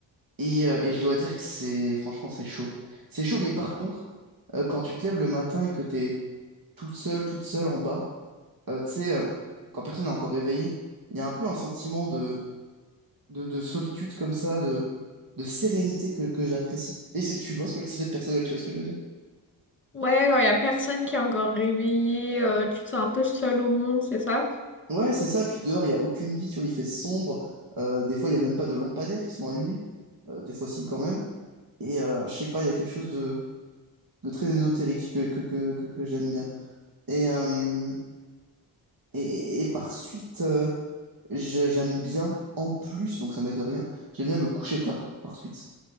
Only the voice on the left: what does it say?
Ouais, genre, il y a personne qui est encore réveillé, euh, tu te sens un peu seul au monde, c'est ça?